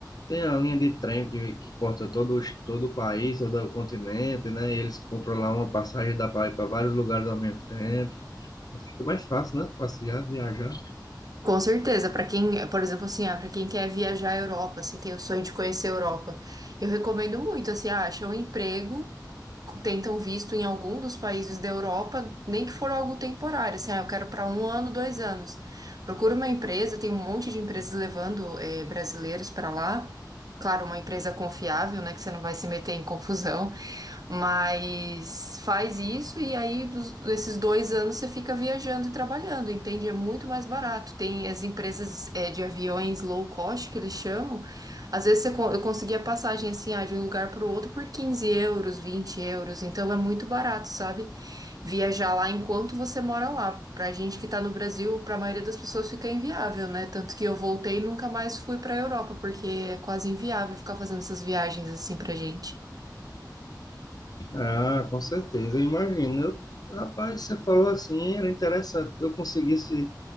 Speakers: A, on the left; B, on the right.
A: tem a linha de trem que, que corta todo, o est- todo o país, todo o continente, né, e eles compram lá uma passagem da para ir para vários lugares ao mesmo tempo. Aí fica mais fácil, né, passear, viajar.
B: Com certeza, para quem, por exemplo, assim, ah, para quem quer viajar à Europa, assim, tem o sonho de conhecer a Europa, eu recomendo muito, assim, ah, acha um emprego, tentam visto em algum dos países da Europa, nem que for algo temporário, assim, ah, eu quero para um ano, dois anos. Procura uma empresa, tem um monte de empresas levando eh, brasileiros para lá. Claro, uma empresa confiável, né, que você não vai se meter em confusão. Mas faz isso e aí dos, desses dois anos você fica viajando e trabalhando, entende? É muito mais barato. Tem as empresas eh, de aviões low cost que eles chamam. Às vezes você, con- eu conseguia passagem assim, ah, de um lugar para o outro por 15 euros, 20 euros. Então é muito barato, sabe? Viajar lá enquanto você mora lá. Pra gente que tá no Brasil, pra maioria das pessoas fica inviável, né? Tanto que eu voltei e nunca mais fui pra Europa, porque é quase inviável ficar fazendo essas viagens assim pra gente.
A: Ah, com certeza, eu imagino. Eu, rapaz, você falou assim, era interessante. Eu conseguisse